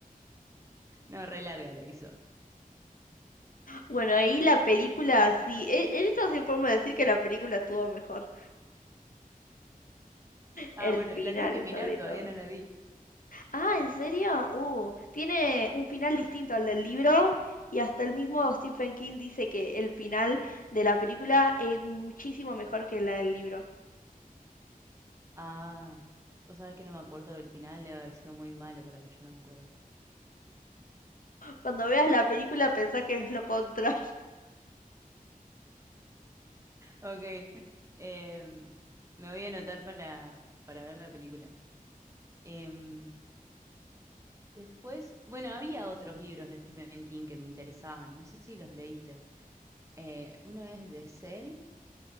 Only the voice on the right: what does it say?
No, re larga la hizo.
Ah,
bueno,
la tengo que mirar,
todavía
no la vi.
Ah, vos sabés que no me acuerdo del final, debe haber sido muy malo para que yo no me acuerde.
Ok, em, me voy a anotar para, para ver la película. Em, después, bueno, había otros libros de Stephen King que me interesaban, no sé si los leíste. Eh, uno es de Cell,